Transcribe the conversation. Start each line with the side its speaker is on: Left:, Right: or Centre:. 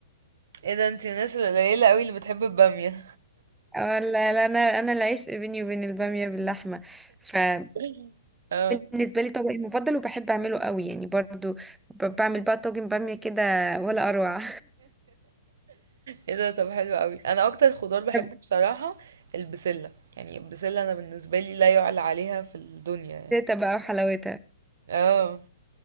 Right: ايه ده انتي الناس القليلة قوي اللي بتحب البامية
Centre: اه لا لا انا انا العشق بيني وبين الباميه باللحمه فده
Right: <laughs> اه
Centre: بالنسبه لي طبقي المفضل وبحب اعمله قوي يعني برضو ب- بعمل بقى طاجن باميه كده ولا اروع
Right: ايه ده طب حلو قوي انا اكتر خضار بحبه
Centre: <laughs>
Right: بصراحة البسلة يعني البسلة انا بالنسبة لي لا يعلى عليها في الدنيا يعني
Centre: شتا بقى وحلاوتها
Right: اه